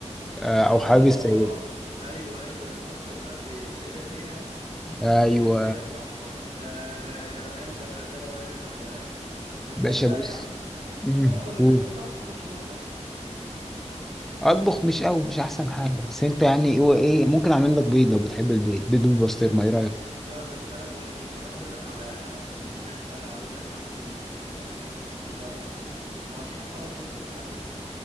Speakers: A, in the centre; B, on the right (about 55°).
A: آه، او
B: اه
A: حبيب السيدة
B: ايوه ايوه انت قصدك بقى في السيده زينب
A: ايوه
B: السيده زينب بقى حب- ده ر- روقان ده بقى ده روقان الروقان بس
A: باشا
B: انا بقى
A: بص
B: يعني
A: مم.
B: طب انا اقول لك
A: قول.
B: انت بتعرف تخش مطبخ
A: اطبخ مش قوي مش احسن حاجه بس انت يعني هو ايه ممكن اعمل لك بيض لو بتحب البيض بيض بالبسطرمه ايه رايك
B: لا بس انا بقول لك ايه طب انا هقول لك على بما انك بقى اقول لك حاجه في المأكولات البحريه تجربها في المطبخ واشرحها لك يمكن تعجبك